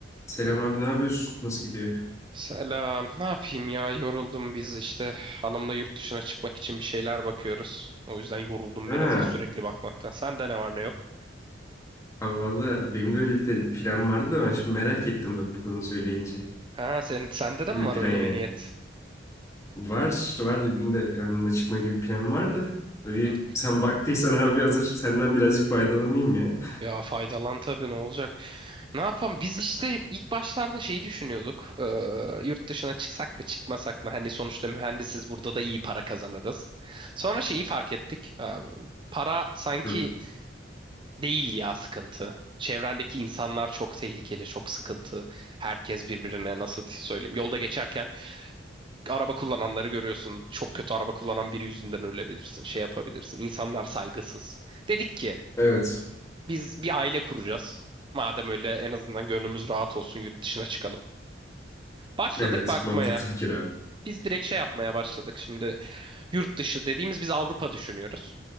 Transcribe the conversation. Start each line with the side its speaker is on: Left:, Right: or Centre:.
Left: Selam abi ne yapıyorsun? Nasıl gidiyor?
Right: Selam. Ne yapayım ya? Yoruldum biz işte hanımla yurt dışına çıkmak için bir şeyler bakıyoruz. O yüzden yoruldum
Left: Ha,
Right: biraz da sürekli bakmaktan. Sende ne var ne yok?
Left: abi valla benim de öyle bir te- plan vardı da ben şimdi merak ettim bak bu konuyu söyleyince.
Right: Ha sen sende
Left: Ne
Right: de
Left: gibi
Right: mi var
Left: bir plan
Right: öyle
Left: yani?
Right: bir niyet?
Left: Var, var benim de yanına çıkma gibi bir plan var da. Bir,
Right: Yurt
Left: sen baktıysan abi hazır senden birazcık faydalanayım ya.
Right: ya faydalan tabii ne olacak? Ne yapalım? Biz işte ilk başlarda şeyi düşünüyorduk. Ee, yurt dışına çıksak mı çıkmasak mı? Hani sonuçta mühendisiz burada da iyi para kazanırız. Sonra şeyi fark ettik. Ee, para sanki
Left: Hı.
Right: Değil ya sıkıntı. Çevrendeki insanlar çok tehlikeli, çok sıkıntı. Herkes birbirine nasıl söyleyeyim. Yolda geçerken araba kullananları görüyorsun. Çok kötü araba kullanan biri yüzünden ölebilirsin. Şey yapabilirsin. İnsanlar saygısız. Dedik ki
Left: Evet.
Right: biz bir aile kuracağız. Madem öyle en azından gönlümüz rahat olsun yurt dışına çıkalım. Başladık
Left: Evet
Right: bakmaya.
Left: mantıklı fikir abi.
Right: Biz direkt şey yapmaya başladık şimdi. Yurt dışı dediğimiz biz Avrupa düşünüyoruz.